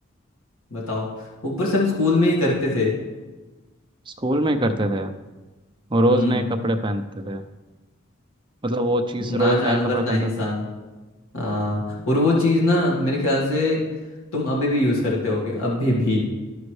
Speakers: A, on the left; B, on the right.
A: बताओ ऊपर से हम स्कूल में ही करते थे
B: स्कूल में ही करते थे वो रोज
A: हम्म
B: नए कपड़े पहनते थे मतलब वो चीज
A: ना
B: रोज
A: जानवर
B: नया कपड़ा पहनता
A: ना इंसान
B: था
A: हाँ और वो चीज ना मेरे ख्याल से तुम अभी भी यूज करते होगे अभी भी